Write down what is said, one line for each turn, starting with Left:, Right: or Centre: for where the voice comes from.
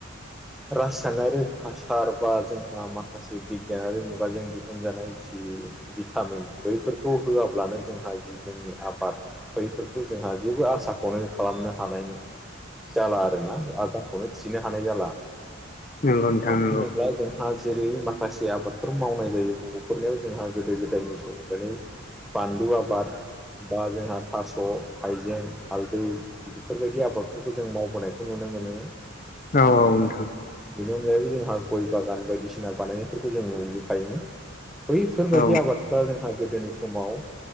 Centre: रासायनारि हासार बा जोंहा माखासे। माखाै बिगियानारि मुगाजों दिहुनजानाय जि भिटामिन बैफोरखौ होआब्लानो जोंहा जि जोंनि आबाद बैफोरखौ जोंहा जेबो आसाखौनो खालामनो हानाय ना जाला आर ना आदाखौनो थिनो हानाय जाला
Left: नंगौ नोंथां
Centre: मानसिनोब्लाय
Left: नंगौ
Centre: हा जेरै माखासे आबादफोर मावनाय जायो। बर'फोरनियाव जोंहा गोदो गोदायनि समावफ्रायनो बानलु आबाद बा जोंहा थास' हाइजें हालदै फोरबायदि आबादफोरखौ जों मावबोनायखौ नुनो मोनो।
Left: औ औ नोंथां
Centre: बेनि अनगायैबो जोंहा गय बागान बायदिसिना बानायनायफोरखौ जों नुबोखायोमोन। बैफोरबायदि
Left: औ
Centre: आबादफ्रा जोंहा गोदोनि समाव